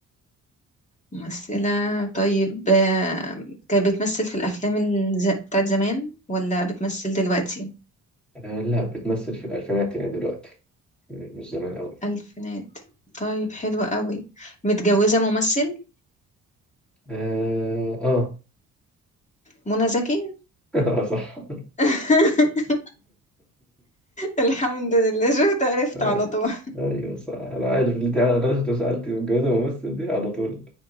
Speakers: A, on the left (about 25°); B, in the centre.
A: ممثلة طيب آه، كانت بتمثل في الأفلام الز... بتاعت زمان ولا بتمثل دلوقتي
B: آه، لا بتمثل في الألفينات يعني دلوقتي مش زمان أوي
A: ألفينات طيب حلوة قوي متجوزة ممثل
B: آه آه
A: منى زكي
B: <laughs> آه، صح <laughs>
A: <laughs> الحمد لله شفت عرفت
B: آه،
A: على طول
B: أيوه صح أنا عارف اللي أنت أنا لو سألتي متجوزة ممثل دي على طول